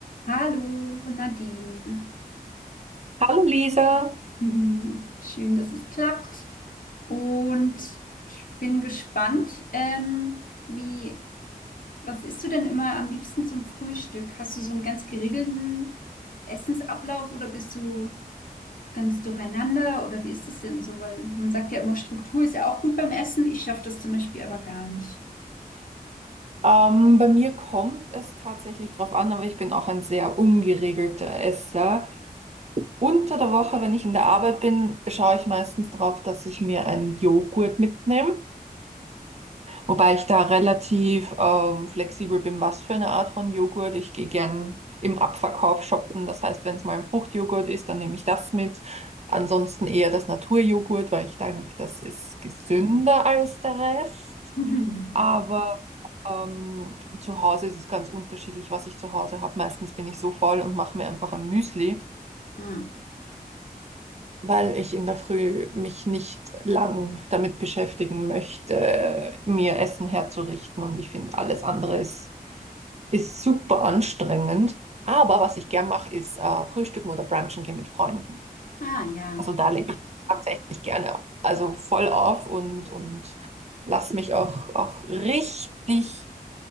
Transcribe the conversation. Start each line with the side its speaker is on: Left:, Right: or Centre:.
Left: Hallo Nadine. <laughs>
Right: Hallo Lisa,
Left: Mhm. Schön, dass es klappt. Und ich bin gespannt, ähm, wie, was isst du denn immer am liebsten zum Frühstück? Hast du so einen ganz geregelten Essensablauf oder bist du ganz durcheinander oder wie ist das denn so? Weil man sagt ja immer, Struktur ist ja auch gut beim Essen. Ich schaffe das zum Beispiel aber gar nicht.
Right: ähm, bei mir kommt es tatsächlich drauf an, aber ich bin auch ein sehr ungeregelter Esser. Unter der Woche, wenn ich in der Arbeit bin, schaue ich meistens drauf, dass ich mir einen Joghurt mitnehme, wobei ich da relativ ähm, flexibel bin, was für eine Art von Joghurt. Ich gehe gern im Abverkauf shoppen, das heißt, wenn es mal ein Fruchtjoghurt ist, dann nehme ich das mit. Ansonsten eher das Naturjoghurt, weil ich denke, das ist gesünder als der Rest.
Left: <laughs> Mhm. Ja.
Right: Aber ähm, zu Hause ist es ganz unterschiedlich, was ich zu Hause habe. Meistens bin ich so faul und mache mir einfach ein Müsli,
Left: Mm.
Right: weil ich in der Früh mich nicht lang damit beschäftigen möchte, mir Essen herzurichten. Und ich finde, alles andere ist, ist super anstrengend. Aber was ich gern mache, ist äh, Frühstücken oder Brunchen gehen mit Freunden.
Left: Ah ja.
Right: Also da lebe ich tatsächlich gerne. Also voll auf und, und lass mich auch, auch richtig